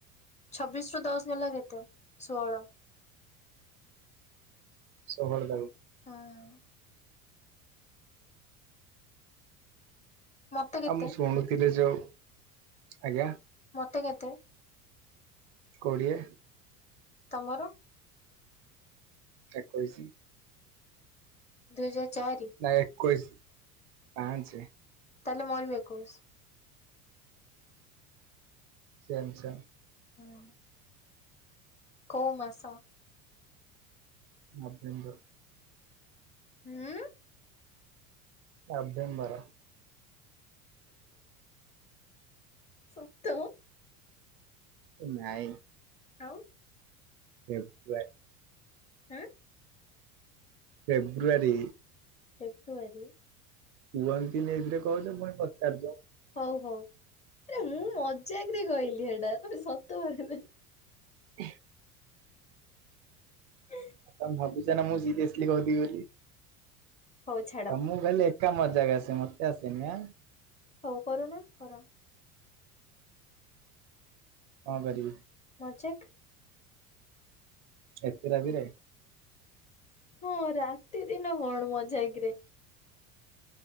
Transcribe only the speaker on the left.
ଛବିଶ ରୁ ଦଶ ଗଲା କେତେ ଷୋହଳ।
ହଁ। ମତେ କେତେ
ମତେ କେତେ?
ତମର?
ଦୁଇହଜାର ଚାରି?
ତାହେଲେ ମୋର ବି ଏକୋଇସି।
ହୁଁ କୋଉ ମାସ?
ହୁଁ।
ସତ?
ଆଉ
ହଁ
ଫେବୃଆରୀ
ହଉ ହଉ ଆରେ ମୁଁ ମଜାକରେ କହିଲି ଏଇଟା ତମେ ସତ ଭାବିଲ
ହୁଁ
ହଉ ଛାଡ
ହଉ କରୁନ କର
ମଜାକ୍
ହଁ ରାତି ଦିନ କଣ ମଜାକରେ